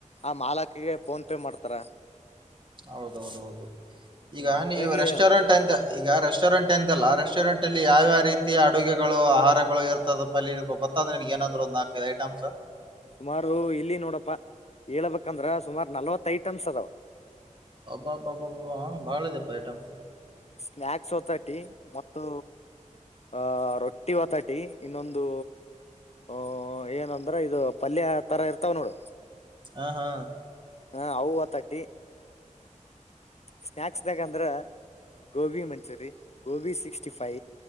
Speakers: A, on the left; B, on the right.
A: ಆ ಮಾಲಕಿಗೆ ಫೋನ್ ಪೇ ಮಾಡ್ತಾರ.
B: ಹೌದೌದು ಹೌದು
A: ಹ್ಮ್
B: ಈಗ
A: ಹಂಗಾಗಿ
B: ನೀವು ರೆಸ್ಟೋರೆಂಟ್ ಅಂತ ಈಗ ರೆಸ್ಟೋರೆಂಟ್. ಅಂದಲ್ಲ ರೆಸ್ಟೋರೆಂಟ್ ಅಲ್ಲಿ ಯಾವ ಯಾವ ರೀತಿ ಅಡುಗೆಗಳು ಆಹಾರಗಳು ಇರ್ತದಪ್ಪ ಅ ಗೊತ್ತಾದಗೆ ಏನಾದ್ರು. ನಾಕೈದು ಐಟಂಸು.
A: ಸುಮಾರು ಇಲ್ಲಿ ನೋಡಪ್ಪಾ ಹೇಳಳ್ಬೇಕಂದ್ರ ಸುಮಾರು ನಲ್ವತ್ ಐಟಮ್ಸ್ ಅದವ.
B: ಅಬ್ಬಬ್ಬಾ ಹ ಬಾಳ್ ಇದೆಯಪ್ಪ ಐಟಮ್ಸ.
A: ಸ್ನ್ಯಕ್ಸ್ ಹೊತಟಿ ಮತ್ತು. ಆಹ ರೊಟ್ಟಿ ಹೊತಟಿ ಇನ್ನೊಂದು ಆಹ ಏನಂದ್ರೆ ಇದು ಪಲ್ಯ. ತರಾ ಇರ್ತಾವ ನೋಡು.
B: ಹಾ ಹಾ
A: ಹ ಅವು ಹೊತಟಿ. ಸ್ನ್ಯಾಕ್ಸ್ದಾಗಂದ್ರ ಗೋಬಿ ಮಂಚೂರಿ ಗೋಬಿ ಸಿಕ್ಸ್ಟಿ ಫೈ.